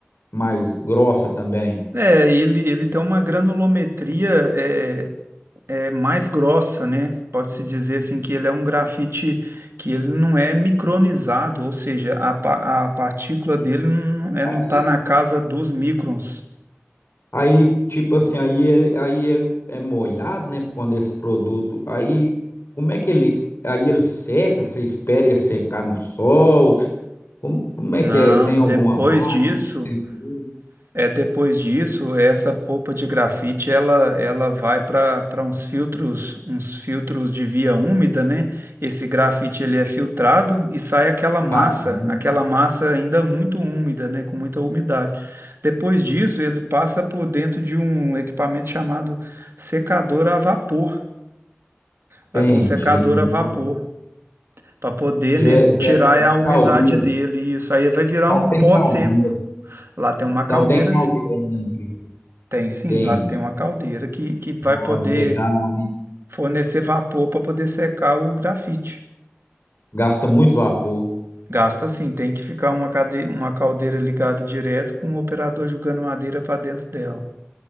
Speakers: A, on the left; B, on the right.
A: mais grossa também.
B: É, ele, ele tem uma granulometria é, é mais grossa, né? Pode-se dizer assim que ele é um grafite que ele não é micronizado, ou seja, a, pa- a partícula dele não, é,
A: Aí,
B: não tá na casa dos microns.
A: Aí, tipo assim, aí, é- aí ele é molhado, né? Quando esse produto. Aí, como é que ele. Aí ele seca, você espera ele secar no sol? Como, como
B: Não,
A: é que é? Tem
B: depois
A: alguma máquina?
B: disso.
A: que seca ele?
B: É, depois disso, essa polpa de grafite, ela, ela vai para para uns filtros, uns filtros de via úmida, né? Esse grafite ele é filtrado e sai aquela massa,
A: Ah, não.
B: aquela massa ainda muito úmida, né? Com muita umidade. Depois disso, ele passa por dentro de um equipamento chamado secador a vapor. Vai
A: Entendi.
B: para um secador a vapor
A: nossa.
B: para poder,
A: De,
B: né,
A: de,
B: tirar
A: é de
B: a umidade
A: caldeira.
B: dele. Isso aí vai virar
A: Então
B: um pó
A: tem caldeira.
B: seco. Lá tem uma
A: Então
B: caldeira
A: tem caldeira
B: assim.
A: na empresa.
B: Tem sim,
A: Entendi.
B: lá tem uma caldeira que, que vai
A: Nossa,
B: poder
A: legal, hein?
B: fornecer vapor para poder secar o grafite.
A: Gasta muito vapor.
B: Gasta sim, tem que ficar uma, cade... uma caldeira ligada direto com o operador jogando madeira para dentro dela.